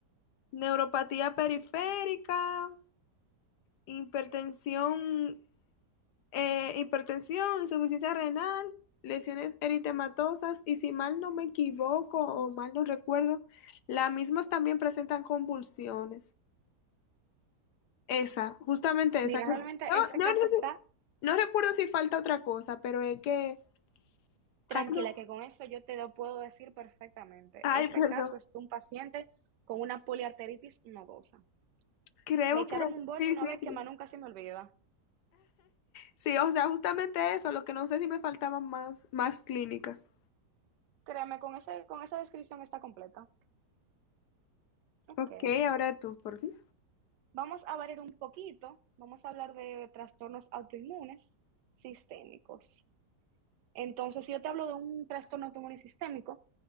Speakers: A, on the left; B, on the right.
A: neuropatía periférica, hipertensión, eh, hipertensión, insuficiencia renal, lesiones eritematosas y si mal no me equivoco o mal no recuerdo, las mismas también presentan convulsiones. Esa, justamente
B: Mira,
A: esa. No,
B: realmente
A: no,
B: ese
A: no
B: caso
A: no
B: está
A: sé- no recuerdo si falta otra cosa, pero es que casi
B: tranquila,
A: no-
B: que con eso yo te lo puedo decir perfectamente.
A: Ay,
B: Ese
A: perdón.
B: caso es de un paciente con una poliarteritis nodosa.
A: Creo
B: Me echaron
A: que
B: un boche
A: sí,
B: una
A: sí,
B: vez que
A: sí.
B: más nunca se me olvida.
A: Sí, o sea, justamente eso, lo que no sé si me faltaban más, más clínicas.
B: Créeme, con ese, con esa descripción está completa. Ok.
A: Ok, ahora tú, por fin.
B: Vamos a variar un poquito. Vamos a hablar de trastornos autoinmunes sistémicos. Entonces, si yo te hablo de un trastorno autoinmune sistémico